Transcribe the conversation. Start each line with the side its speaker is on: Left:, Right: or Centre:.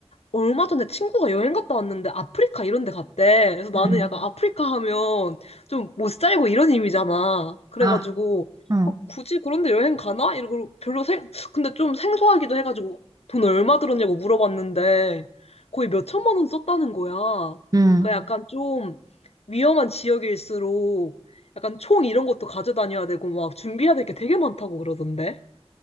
Left: 얼마 전에 친구가 여행 갔다 왔는데 아프리카 이런 데 갔대. 그래서 나는
Right: 음.
Left: 약간 아프리카 하면 좀 못 살고 이런 이미잖아. 그래가지고
Right: 아, 응.
Left: 어, 굳이 그런 데 여행 가나? 이러고 별로 생 근데 좀 생소하기도 해가지고 돈 얼마 들었냐고 물어봤는데 거의 몇 천만 원 썼다는 거야.
Right: 응.
Left: 그러니까 약간 좀 위험한 지역일수록 약간 총 이런 것도 가져다녀야 되고 막 준비해야 될 게 되게 많다고 그러던데.